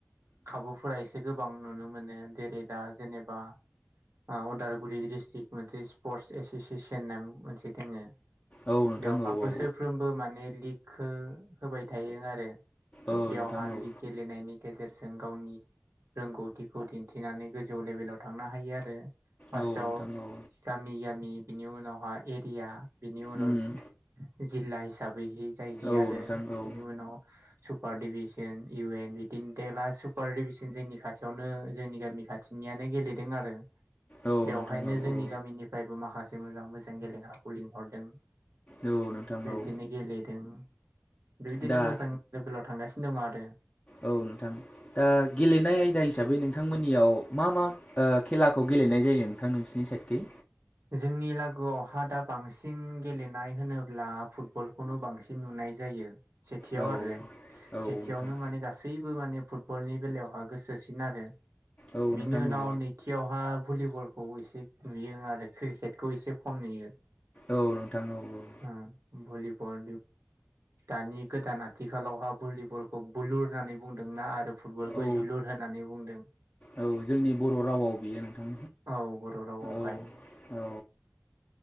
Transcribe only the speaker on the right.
खाबुफोरा एसे गोबां नुनो मोनो। जेरै दा जेनेबा औ अदालगुरि डिस्ट्रिक मोनसे स्पर्टस एस'सियेसन नाम मोनसे दोङो
बेवहाय
बोसोरफ्रोमबो
माने दिगखौ होबाय थायो आरो
बेवहाय
गेलेनायनायनि गेजेरजों गावनि रोंगौथिखौ दिन्थिनानै गोजौ लेभेलाव थांनो हायो आरो फासथ
आव
गामि गामि बिनि उनावहाय एरिया बिनि उनाव
जिल्ला हिसाब बै जाहैयो
आरो
बिनि उनाव सु पार डिभिसन इउ एन बिदिनो देगला सुपार डिभिसन जोंनि खाथियावनो जोंनि गामि खाथिनियानो गेलेदों आरो
बेवहायनो
जोंनि
गामिनिफ्रायबो माखासे मोजां मोजां गेलेग्राखौ लिंहरदों
बेबायदिनो
गेलेदों बेबायदिनो
मोजां लेभेलाव थांगासि नो दङ आरोे।
जोंनि लागोआवहा दा बांसिन गेलेनाय होनोब्ला फुटबलखौनो बांसिन नुनाय जायो। सेथियाव
आरो
सेथियावनो
माने गासैबो माने फुटबलनि बेलायावहा गोसोसिन आरो
बिनि
उनाव
नैथियावहा भलिबलखौ एसे नुयो आरो क्रिकेटखौ एसे खम नुयो।
ओ भलिबल दानि गोदान आथिखालावहा भलिबलखौ बुलुर होननानै बुंदोंना आरो फटबलखौ
जुलुर होननानै बुंदों
औ बर'आवहाय